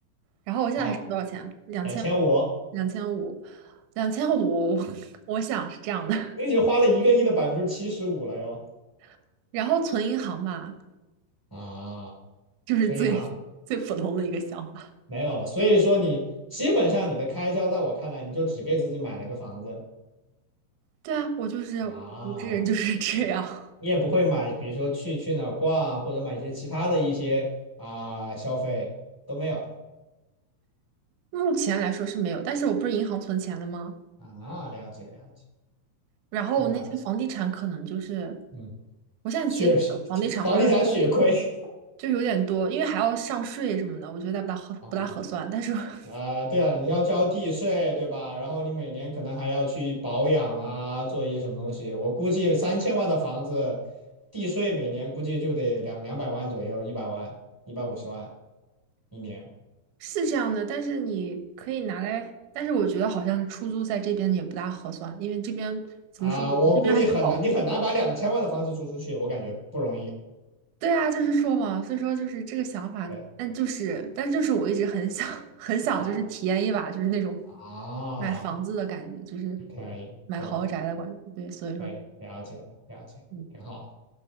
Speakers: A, on the right; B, in the centre.
A: 然后我现在还剩多少钱啊两千五，
B: 好，两千五，
A: 两千五，两千五。<laughs> 我想是这样的。
B: 你已经花了一个亿的百分之七十五了哟，
A: <laughs> 然后存银行吧，
B: 啊，
A: 就是最最普通的一个想法。
B: 存银行没有了，所以说你基本上你的开销在我看来，你就只给自己买了一个房子
A: 对啊，我就是我这人就是这样。
B: 啊，
A: <laughs>
B: 你也不会买，比如说去去哪儿逛或者买一些其他的一些啊消费都没有
A: 目前来说是没有，但是我不是银行存钱了吗？
B: 啊，了解了解，
A: 然后我那些房地产可能就是，
B: 听着还不错，嗯，
A: 我现在其实觉得房地产花
B: 血 <laughs>，房地产血亏。
A: 就是有点多，因为还要上税什么的，我觉得不大合不大合算。
B: 啊，
A: 但是 <laughs>
B: 啊，对啊，你要交地税，对吧？然后你每年可能还要去保养啊，做一些什么东西。我估计三千万的房子，地税每年估计就得两两百万左右，一百万、一百五十万一年
A: 是这样的，但是你可以拿来，但是我觉得好像出租在这边也不大合算，因为这边怎么说，
B: 啊。
A: 我们这边还是保护。
B: 我估计很难，你很难把两千万的房子租出去，我感觉不容易。
A: 对啊，就是说嘛，所以说就是这个想法，
B: 对，
A: 但就是，但是就是我一直很想，<laughs> 很想就是体验一把，
B: 好
A: 就是那种
B: 啊，
A: 买房子的感觉，就是
B: 可以，
A: 买豪宅的感觉。
B: 懂了，
A: 对，所以说，
B: 可以，了解了，了解，
A: 嗯，
B: 挺好的，